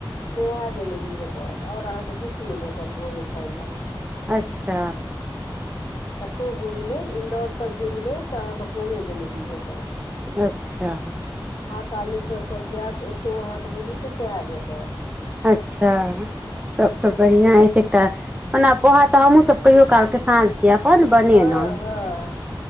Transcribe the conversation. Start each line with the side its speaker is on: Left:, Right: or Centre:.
Left: पोहा जलेबी भेटत आओर अहाँकेँ किछु नहि भेटत भोरे खाय लेल
Right: अच्छा
Left: कतहु घुमि लेब इन्दौर तक घुमि लेब तऽ अहाँके पोहे जलेबी भेटत
Right: अच्छा
Left: कालेश्वर सब जायब तऽ ओतहु अहाँके बुझू तऽ सेहै भेटत।
Right: अच्छा तब त बढ़िआं अछि एट ओना पोहा तऽ हमहहुँ सब कहियो कालके साँझ अपन बनेलहुं
Left: हँ हँ